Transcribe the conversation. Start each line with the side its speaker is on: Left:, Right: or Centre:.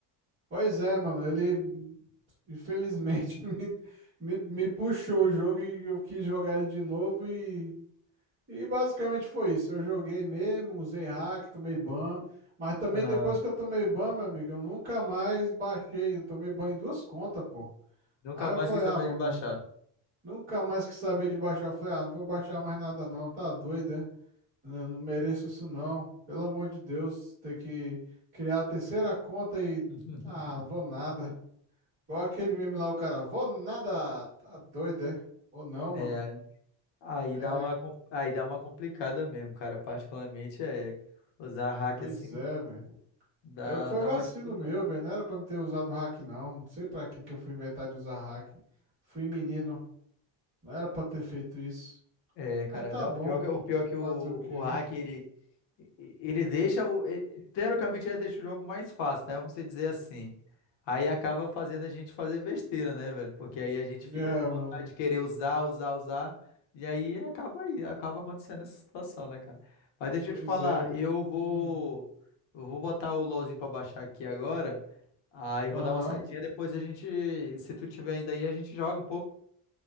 Right: Pois é, mano, ele infelizmente <laughs> me, me, me puxou o jogo e eu quis jogar ele de novo e, e basicamente foi isso. Eu joguei mesmo, usei hack, tomei ban, mas também
Left: Aham.
Right: depois que eu tomei ban, meu amigo, eu nunca mais baixei, eu tomei ban em duas contas, pô.
Left: Nunca
Right: Aí
Left: mais
Right: eu falei,
Left: quis saber
Right: ah, mano,
Left: de baixar.
Right: nunca mais quis saber de baixar. Eu falei, ah, não vou baixar mais nada não, tá doido, é? Eu não mereço isso não. Pelo amor de Deus, ter que criar a terceira conta e,
Left: <laughs>
Right: ah, vou nada. Igual aquele meme lá, o cara, vou nada, tá doido, é? Ou não, mano?
Left: É, Aí
Right: É,
Left: dá uma, com- aí dá uma complicada mesmo, cara. Particularmente é usar hack
Right: pois
Left: assim
Right: é, velho.
Left: dá,
Right: Eu, foi
Left: dá
Right: vacilo
Left: uma dificuldade.
Right: meu,
Left: né?
Right: velho, não era pra me ter usado hack, não. Não sei pra que que eu fui inventar de usar hack. Fui menino, não era pra ter feito isso.
Left: É, cara,
Right: Mas tá
Left: dá,
Right: bom,
Left: o pior que, o pior que o,
Right: fazer o quê,
Left: o hack
Right: né?
Left: ele, Ele deixa o. ele- teoricamente, ele deixa o jogo mais fácil, né? Vamos dizer assim. Aí acaba fazendo a gente fazer besteira, né, velho? Porque aí a gente
Right: É,
Left: fica com vontade
Right: mano,
Left: de querer usar, usar, usar. E aí acaba aí, acaba acontecendo essa situação, né, cara? Mas deixa
Right: pois
Left: eu te falar,
Right: é.
Left: eu vou.
Right: Hum,
Left: Eu vou botar o LOLzinho pra baixar aqui agora. Aí
Right: aham.
Left: vou dar uma saidinha. Depois a gente. Se tu tiver ainda aí, a gente joga um pouco.